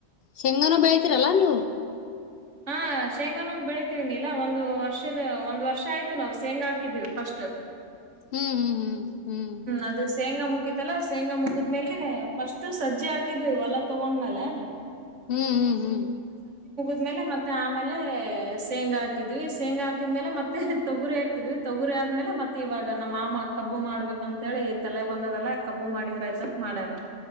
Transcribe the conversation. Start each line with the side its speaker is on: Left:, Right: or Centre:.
Left: ಶೇಂಗಾನ ಬೆಳ್ತೀರಲ್ಲಾ ನೀವು
Right: ಹಾ ಶೇಂಗಾನು ಬೆಳಿತೀವಿಿ ನೀಲ ಒಂದು ವರ್ಷದ ಒಂದ್ ವರ್ಷ ಆಯ್ತು ನಾವವು ಶೇಂಗಾ ಹಾಕಿದೀವಿ ಫಸ್ಟ್
Left: ಹ್ಮ್ ಹ್ಮ್ ಹ್ಮ್ ಹ್ಮ್
Right: ಅದು ಶೇಂಗಾ ಮುಗಿತಲ್ಲ ಶೇಂಗಾ ಮುಗಿದ್ಮೇಲೆ ಫಸ್ಟು ಸಜ್ಜಿ ಹಾಕಿದ್ವಿ ಹೊಲ ತಗೊಂಡ್್ಮೇಲೆ
Left: ಹ್ಮ್ ಹ್ಮ್ ಹ್ಮ್
Right: ್ಮೇಲೆ ಮತ್ತೆ ಆಮೇಲೆ ಶೇಂಗಾ ಹಾಕಿದ್ವಿ ಶೇಂಗಾ ಹಾಕಿದ್ಮೇಲೆ ಮತ್ತೆ ತೊಗುರಿ ಹಾಕಿದ್ವಿ ತೊಗುರಿ ಆದ್ಮೇಲೆ ಮತ್ತೆ ಇವಾಗ ನಮ್ಮ್ ಮಾಮ ಕಬ್ಬು ಮಾಡ್ಬೇಕ ಅಂತ ಹೇಳಿ ತಲೆಗ್ ಬಂದದಲ್ಲ ಕಬ್ಬು ಮಾಡಿದ್ರ ಆಯ್ತ ಮಾಡ್ಯಾರ